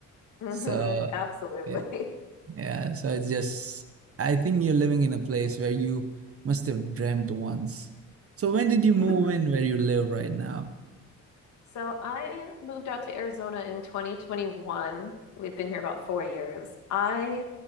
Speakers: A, on the left (about 70°); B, on the right (about 50°).
A: Mhm,
B: So
A: absolutely.
B: yeah, yeah. So it's just, I think you're living in a place where you must have dreamt once. So when did you move
A: <laughs>
B: in where you live right now?
A: So I moved out to Arizona in 2021. We've been here about four years. I